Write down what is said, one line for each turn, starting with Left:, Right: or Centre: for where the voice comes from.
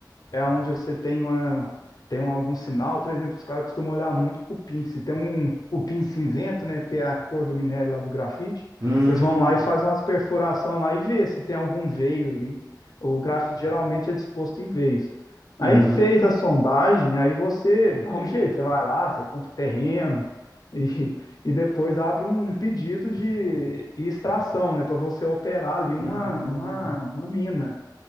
Left: é onde você tem uma, tem um, algum sinal. Por exemplo, os caras costumam olhar muito cupim. Se tem um cupim cinzento, né, que é a cor do minério lá do grafite,
Right: Hum,
Left: eles vão lá e fazem umas perfuração lá e vê se tem algum veio ali. O grafite geralmente é disposto em veios. Aí
Right: uhum.
Left: fez a sondagem, aí você dá um jeito, você vai lá, você compra o terreno e, e depois abre um pedido de extração, né, para você operar ali uma,
Right: Hum.
Left: uma, uma mina